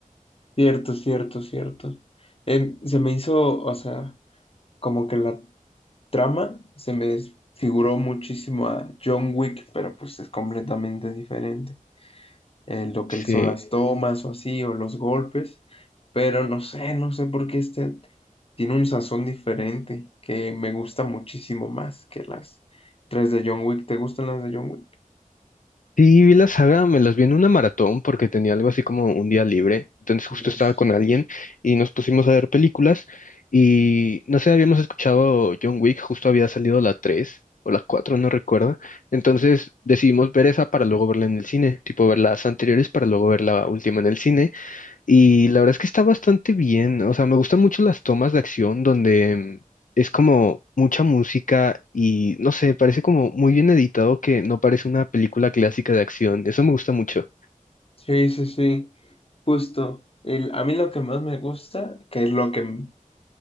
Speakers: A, on the left; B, on the left.
A: Cierto, cierto, cierto. Em, se me hizo, o sea, como que la trama se me figuró muchísimo a John Wick, pero pues es completamente diferente. Eh, lo que
B: Sí.
A: son las tomas o así, o los golpes, pero no sé, no sé por qué este tiene un sazón diferente que me gusta muchísimo más que las tres de John Wick. ¿Te gustan las de John Wick?
B: Sí, vi la saga, me las vi en una maratón porque tenía algo así como un día libre. Entonces justo
A: Dios.
B: estaba con alguien y nos pusimos a ver películas y no sé, habíamos escuchado John Wick, justo había salido la 3 o la 4 no recuerdo. Entonces decidimos ver esa para luego verla en el cine, tipo ver las anteriores para luego ver la última en el cine y la verdad es que está bastante bien. O sea, me gustan mucho las tomas de acción donde mm, es como mucha música y no sé, parece como muy bien editado que no parece una película clásica de acción. Eso me gusta mucho.
A: Sí, sí, sí, justo. El- a mí lo que más me gusta, que es lo que m-